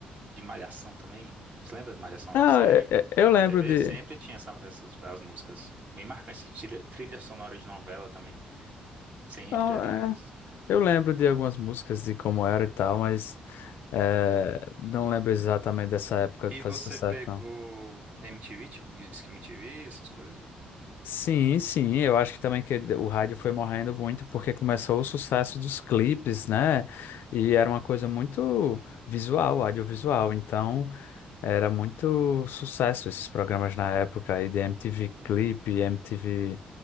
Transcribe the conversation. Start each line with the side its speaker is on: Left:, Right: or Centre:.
Right: de Malhação também. Você lembra de Malhação
Left: Não,
Right: na série?
Left: é- é- eu lembro
Right: Na TV
Left: de.
Right: sempre tinha essa- essas as músicas. Bem marcantes. Trilha, trilha sonora de novela também. Sempre
Left: Não,
Right: eram
Left: é,
Right: eles.
Left: eu lembro de algumas músicas de como era e tal, mas é, não lembro exatamente dessa época
Right: E
Left: de fazer
Right: você
Left: sucesso,
Right: pegou
Left: não.
Right: MTV, tipo, Disque MTV, essas coisas?
Left: Sim, sim, eu acho que também que o rádio foi morrendo muito porque começou o sucesso dos clipes, né? E era uma coisa muito visual, audiovisual. Então, Era muito sucesso esses programas na época, aí de MTV Clipe, MTV